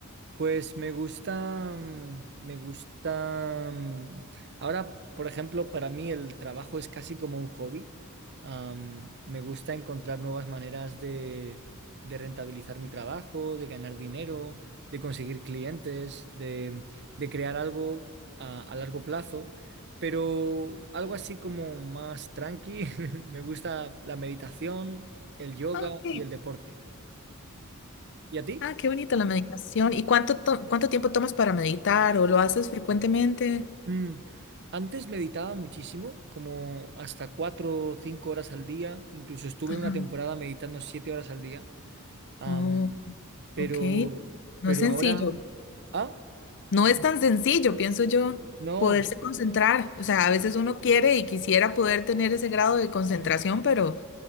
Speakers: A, on the right (about 55°); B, on the left (about 55°).
A: Pues me gusta, mm, me gusta. mm, Ahora, por ejemplo, para mí el trabajo es casi como un hobby. Am, me gusta encontrar nuevas maneras de, de rentabilizar mi trabajo, de ganar dinero, de conseguir clientes, de, de crear algo a, a largo plazo, pero algo así como más tranqui. <laughs> Me gusta la meditación, el yoga
B: Ah, ok.
A: y el deporte. ¿Y a ti?
B: Ah, qué bonito la meditación. ¿Y cuánto, to- cuánto tiempo tomas para meditar o lo haces frecuentemente?
A: Mm, Antes meditaba muchísimo, como hasta cuatro o cinco horas al día. Incluso estuve
B: Ajá.
A: una temporada meditando siete horas al día Am,
B: Oh,
A: pero,
B: ok. No
A: pero
B: es sencillo.
A: ahora, ah,
B: No es tan sencillo, pienso yo,
A: no,
B: poderse concentrar. O sea, a veces uno quiere y quisiera poder tener ese grado de concentración, pero